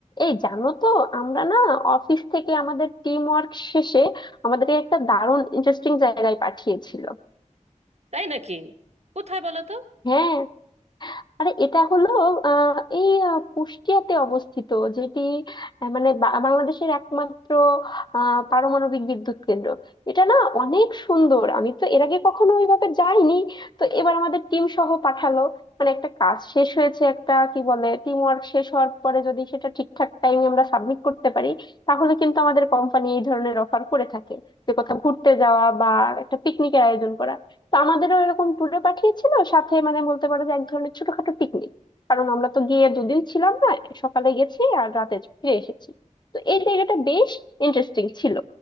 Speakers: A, on the left; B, on the right.
A: এই জানো তো আমরা না অফিস থেকে আমাদের টিম ওয়ার্ক শেষে আমাদেরকে একটা দারুণ ইন্টারেস্টিং জায়গায় পাঠিয়েছিল
B: তাই নাকি কোথায় বলো তো
A: হ্যাঁ আরে এটা হলো আহ এই আহ, কুষ্টিয়াতে অবস্থিত যেটি আহ, মানে বা- বাংলাদেশের একমাত্র আহ পারমাণবিক বিদ্যুৎ কেন্দ্র এটা না অনেক সুন্দর আমি তো এর আগে কখনো ওইভাবে যাইনি তো এবার আমাদের টিম সহ পাঠালো মানে একটা কাজ শেষ হয়েছে একটা কি বলে টিম ওয়ার্ক শেষ হওয়ার পরে যদি সেটা ঠিকঠাক টাইমে আমরা সাবমিট করতে পারি তাহলে কিন্তু আমাদের কোম্পানি এই ধরনের অফার করে থাকে যে কোথাও ঘুরতে যাওয়া বা একটা পিকনিকের আয়োজন করা তো আমাদেরও এরকম ট্যুরে পাঠিয়েছিল সাথে মানে বলতে পারো যে এক ধরনের ছোটখাটো পিকনিক কারণ আমরা তো গিয়ে দুদিন ছিলাম না সকালে গেছি আর রাতে ফিরে এসেছি তো এই জায়গাটা বেশ ইন্টারেস্টিং ছিল